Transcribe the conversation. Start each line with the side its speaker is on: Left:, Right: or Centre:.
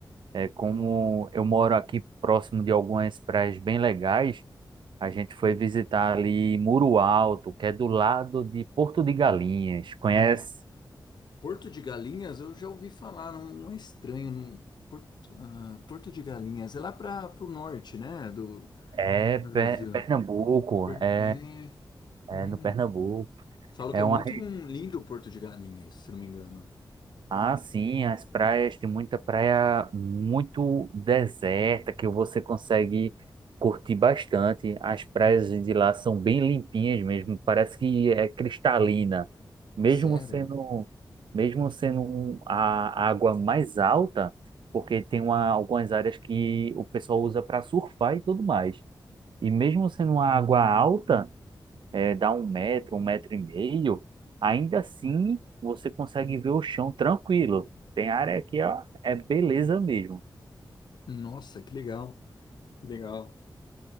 Right: É, como eu moro aqui próximo de algumas praias bem legais, a gente foi visitar ali Muro Alto, que é do lado de Porto de Galinhas. Conhece?
Left: Porto de Galinhas, eu já ouvi falar, não, não é estranho. não- Porto, ah, Porto de Galinhas, é lá para o norte, né, do,
Right: É Pe-
Left: do Brasil.
Right: Pernambuco.
Left: Per-
Right: É,
Left: É,
Right: é
Left: uhum.
Right: no Pernambuco.
Left: Falam
Right: É
Left: que é muito
Right: uma
Left: um lindo o Porto de Galinhas, se não me engano.
Right: Ah, sim, as praias, tem muita praia muito deserta que você consegue curtir bastante. As praias de lá são bem limpinhas mesmo, parece que é cristalina. Mesmo
Left: Sério?
Right: sendo, mesmo sendo um- a água mais alta, porque tem uma, algumas áreas que o pessoal usa para surfar e tudo mais. E mesmo sendo uma água alta, é, dá um metro, um metro e meio, ainda assim você consegue ver o chão tranquilo. Tem área aqui, ó, é beleza mesmo.
Left: Nossa, que legal. Que legal.